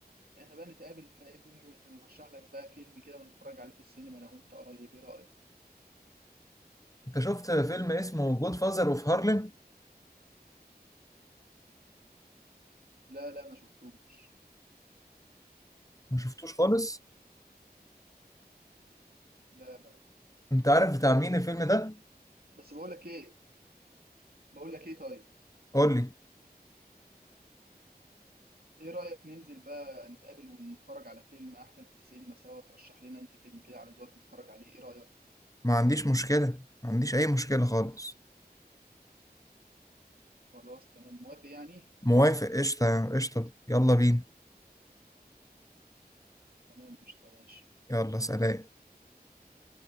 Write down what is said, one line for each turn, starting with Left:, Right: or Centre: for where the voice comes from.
Right: احنا بقى نتقابل فاهمني ونرشح لك بقى فيلم كده ونتفرج عليه في السينما انا وانت قريب ايه رايك
Left: انت شفت فيلم اسمه جود فازر اوف هارلم
Right: لا لا ما شفتوش
Left: ما شفتوش خالص
Right: لا لا
Left: انت عارف بتاع مين الفيلم ده
Right: بس بقول لك ايه بقول لك ايه طيب
Left: قول لي
Right: ايه رايك ننزل بقى نتقابل ونتفرج على فيلم احسن في السينما سوا ترشح لنا انت فيلم كده على ذوقك نتفرج عليه ايه رايك
Left: ما عنديش مشكلة ما عنديش اي مشكلة خالص
Right: خلاص تمام موافق يعني
Left: موافق قشطة قشطة يلا بينا
Right: تمام قشطه ماشي
Left: يلا سلام